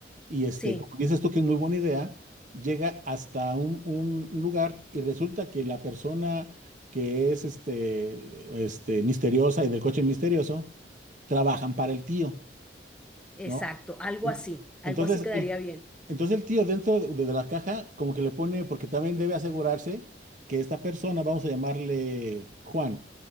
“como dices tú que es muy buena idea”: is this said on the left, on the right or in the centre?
Right